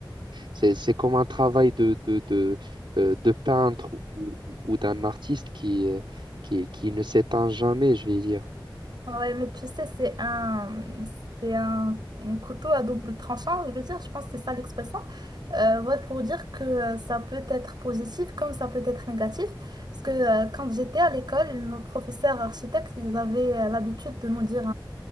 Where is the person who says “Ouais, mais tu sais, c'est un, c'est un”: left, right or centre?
Right